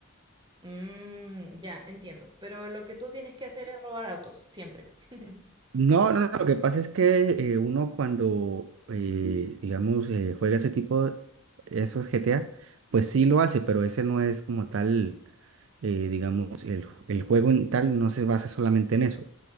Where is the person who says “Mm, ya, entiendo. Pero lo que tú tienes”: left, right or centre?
Right